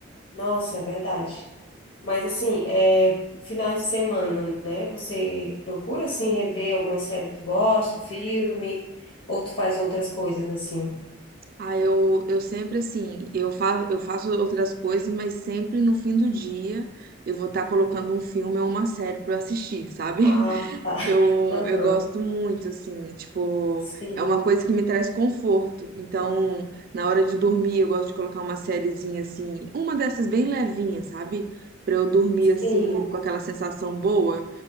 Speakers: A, on the left; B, on the right.
A: Nossa, é verdade. Mas assim, é, finais de semana, né? Você procura assim rever alguma série que tu gosta, filme, ou tu faz outras coisas assim?
B: Ah, eu, eu sempre assim, eu fa eu faço outras coisas, mas sempre no fim do dia eu vou estar colocando um filme ou uma série para assistir, sabe?
A: Ah,
B: <laughs>
A: tá. <laughs>
B: Eu,
A: Aham.
B: eu gosto muito, assim, tipo,
A: Sim,
B: é uma coisa que me traz conforto. Então, na hora de dormir, eu gosto de colocar uma sériezinha, assim, uma dessas bem levinha, sabe? Pra eu dormir, assim,
A: sim.
B: com aquela sensação boa.